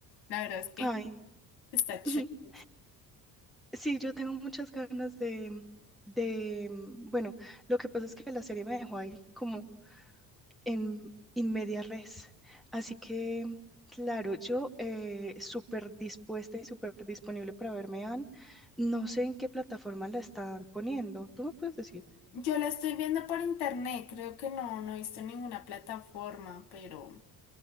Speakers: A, on the left; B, in the centre.
A: La verdad es que
B: Ay,
A: está chévere.
B: <laughs> sí, yo tengo muchas ganas de, de, bueno, lo que pasa es que la serie me dejó ahí como en, en media res. Así que, claro, yo eh, súper dispuesta y súper disponible para verme, Anne. No sé en qué plataforma la están poniendo. ¿Tú me puedes decir?
A: Yo la estoy viendo por internet, creo que no, no he visto en ninguna plataforma, pero